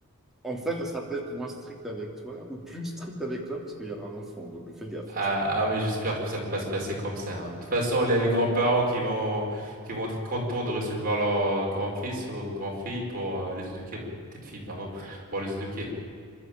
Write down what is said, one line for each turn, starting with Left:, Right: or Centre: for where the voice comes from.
Centre: en fait, elle sera peut-être moins stricte avec toi ou plus stricte avec toi parce qu'il y aura un enfant, donc fais gaffe.
Right: ah, ah oui, j'espère que ça va pas se passer comme ça. hein. De toute façon, il y a les grands-parents qui vont qui vont être contents de recevoir leur euh, grand-fils ou grand-fille
Centre: <laughs>
Right: pour euh, les éduquer, leur petite fille, pardon, pour les éduquer.